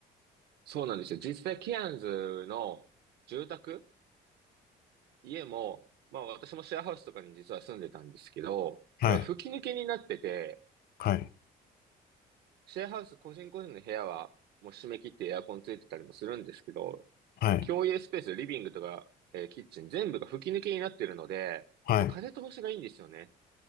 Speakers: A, on the right (about 75°); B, on the left (about 60°).
A: そうなんですよ。実際ケアンズの住宅、家も、まあ私もシェアハウスとかに実は住んでたんですけど、
B: はい。
A: なんか吹き抜けになってて、
B: はい。
A: シェアハウス、個人個人の部屋は、もう締め切ってエアコンついてたりもするんですけど、
B: はい。
A: 共有スペース、リビングとか、えーキッチン、全部が吹き抜けになってるので、
B: はい。
A: もう風通しがいいんですよね。